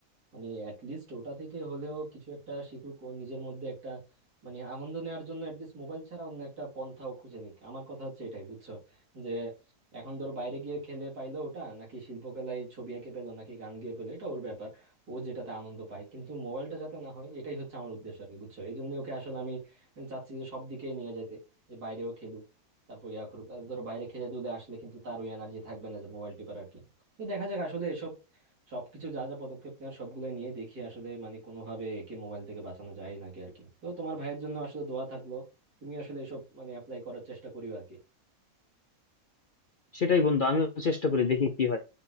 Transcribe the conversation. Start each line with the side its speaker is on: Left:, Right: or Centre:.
Right: মানে অ্যাটলিস্ট ওটা থেকে হলেও কিছু একটা শিখুক ও নিজের মধ্যে একটা মানে আনন্দ নেওয়ার জন্য অ্যাটলিস্ট মোবাইল ছাড়া অন্য একটা পন্থাও খুঁজে নিক আমার কথা হচ্ছে এটাই বুঝছো যে এখন ধরো বাইরে গিয়ে খেলে পাইলো ওটা নাকি শিল্পকলায় ছবি এঁকে পেলো নাকি গান গেয়ে পেলো এটা ওর ব্যাপার ও যেটাতে আনন্দ পায় কিন্তু মোবাইলটা যাতে না হয় এটাই হচ্ছে আমার উদ্দেশ্য আর কি বুঝছো এই জন্য ওকে আসলে আমি চাচ্ছি যে সব দিকেই নিয়ে যাইতে যে বাইরেও খেলুক তারপর ইয়া করুক আর ধরো বাইরে খেলে দুলে আসলে কিন্তু তার ওই এনার্জি থাকবে না যে মোবাইল টিপার আর কি তো দেখা যাক আসলে এসব সবকিছু যা যা পদক্ষেপ নেওয়ার সবগুলো নিয়ে দেখি আসলে মানে কোনোভাবে একে মোবাইল থেকে বাঁচানো যায় নাকি আর কি তো তোমার ভাইয়ের জন্য আসলে দোয়া থাকলো তুমি আসলে এসব মানে অ্যাপ্লাই করার চেষ্টা করিও আর কি
Left: সেটাই বন্ধু আমিও চেষ্টা করি দেখি কি হয়